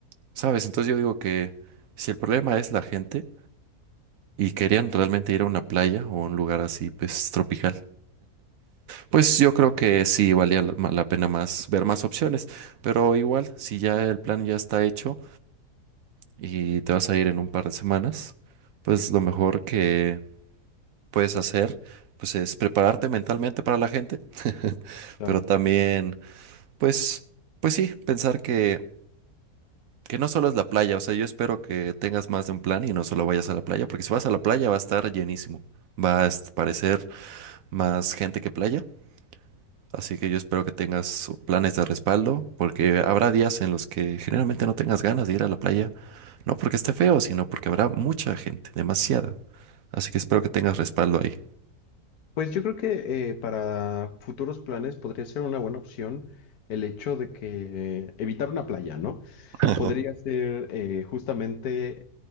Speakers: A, on the right; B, on the left.
A: ¿sabes? Entonces yo digo que si el problema es la gente y querían realmente ir a una playa o a un lugar así, pues tropical, Pues yo creo que sí valía la la pena más ver más opciones, pero igual si ya el plan ya está hecho y te vas a ir en un par de semanas, pues lo mejor que puedes hacer pues es prepararte mentalmente para la gente,
B: claro.
A: pero también pues pues sí, pensar que que no solo es la playa, o sea, yo espero que tengas más de un plan y no solo vayas a la playa, porque si vas a la playa va a estar llenísimo. Va a est- parecer más gente que playa. Así que yo espero que tengas planes de respaldo, porque habrá días en los que generalmente no tengas ganas de ir a la playa, no porque esté feo, sino porque habrá mucha gente, demasiada. Así que espero que tengas respaldo ahí.
B: Pues yo creo que eh, para futuros planes podría ser una buena opción el hecho de que eh, evitar una playa, ¿no?
A: <laughs>
B: Podría ser eh, justamente